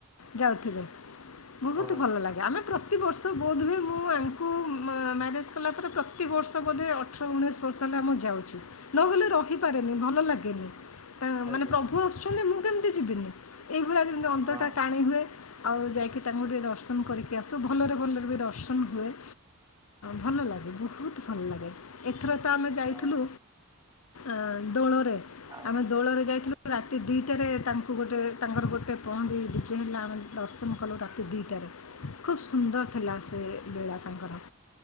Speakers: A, on the left; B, on the right.
A: ଯାଉଥିବେ ବୋହୁତ
B: ହଁ
A: ଭଲ ଲାଗେ ଆମେ ପ୍ର ପ୍ରତିବର୍ଷ ବୋଧ୍ ହୁଏ ମୁଁ ଆଙ୍କୁ ମ୍ୟାରେଜ୍ କଲା ପରେ ପ୍ରତି ବର୍ଷ ବୋଧେ ଅଠର ଉଣେଇଶ ବର୍ଷ ହେଲା ମୁଁ ଯାଉଛି ନହେଲେ ରହିପାରେନି ଭଲ ଲାଗେନି। ମାନେ
B: ଆଜ୍ଞା
A: ପ୍ରଭୁ ଆସୁଛନ୍ତି ମୁଁ କେମିତି ଯିବିନି ଏଇଭଳିଆ ଯେମିତି ଅନ୍ତରଟା
B: ହଁ
A: ଟାଣି ହୁଏ। ଆଉ ଯାଇକି ତାଙ୍କୁ ଟିକେ ଦର୍ଶନ କରିକି ଆସୁ ଭଲରେ ଭଲରେ ବି ଦର୍ଶନ ହୁଏ। ଭଲ ଲାଗେ ବୋହୁତ ଭଲ ଲାଗେ। ଏଥର ତ ଆମେ ଯାଇଥିଲୁ
B: ହଁ
A: ଆଁ ଦୋଳରେ
B: ଆଉ
A: ଆମେ ଦୋଳରେ ଯାଇଥିଲୁ ରାତି ଦିଟାରେ ତାଙ୍କୁ ଗୋଟେ ତାଙ୍କର ଗୋଟେ ପହଣ୍ଡି ବିଜେ ହେଲା ଆମେ ଦର୍ଶନ କଲୁ ରାତି ଦିଟାରେ। ଖୁବ ସୁନ୍ଦର ଥିଲା ସେ ବେଳା ତାଙ୍କର।